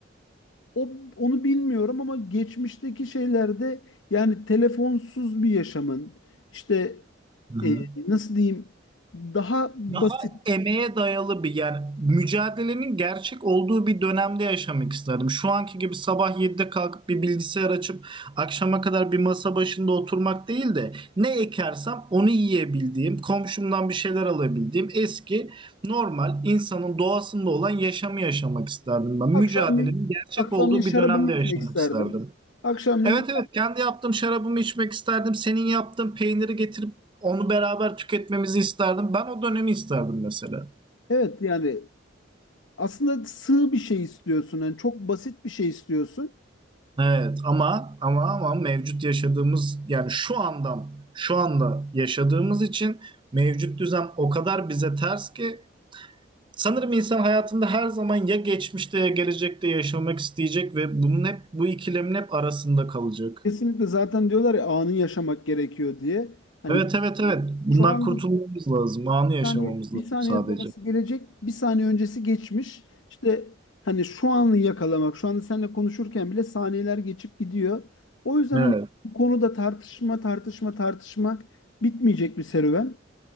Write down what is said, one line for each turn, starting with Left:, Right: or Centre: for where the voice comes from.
Left: o, onu bilmiyorum ama geçmişteki şeylerde yani telefonsuz bir yaşamın işte
Right: Hı
Left: e,
Right: hı.
Left: nasıl diyeyim daha basit.
Right: Daha emeğe dayalı bir yani mücadelenin gerçek olduğu bir dönemde yaşamak isterdim. Şu anki gibi sabah 7'de kalkıp bir bilgisayar açıp akşama kadar bir masa başında oturmak değil de ne ekersem onu yiyebildiğim, komşumdan bir şeyler alabildiğim eski normal insanın doğasında olan yaşamı yaşamak isterdim ben. Mücadelenin
Left: Akşamleyin
Right: gerçek
Left: akşamleyin
Right: olduğu
Left: şarabımı
Right: bir dönemde
Left: içmek
Right: yaşamak
Left: isterdim.
Right: isterdim.
Left: Akşamleyin
Right: Evet evet kendi yaptığım şarabımı içmek isterdim. Senin yaptığın peyniri getirip onu beraber tüketmemizi isterdim. Ben o dönemi isterdim mesela.
Left: evet yani Aslında sığ bir şey istiyorsun. Yani çok basit bir şey istiyorsun.
Right: Evet ama ama ama mevcut yaşadığımız yani şu andan şu anda yaşadığımız için mevcut düzen o kadar bize ters ki sanırım insan hayatında her zaman ya geçmişte ya gelecekte yaşamak isteyecek ve bunun hep bu ikilemin hep arasında kalacak.
Left: Kesinlikle zaten diyorlar ya anı yaşamak gerekiyor diye. Hani
Right: Evet evet evet bundan
Left: şu an
Right: kurtulmamız lazım. Anı yaşamamız
Left: Yani bir
Right: lazım
Left: saniye
Right: sadece.
Left: sonrası gelecek, bir saniye öncesi geçmiş. İşte hani şu anı yakalamak, şu anda seninle konuşurken bile saniyeler geçip gidiyor. O yüzden
Right: Evet.
Left: hani bu konuda tartışma, tartışma, tartışma bitmeyecek bir serüven.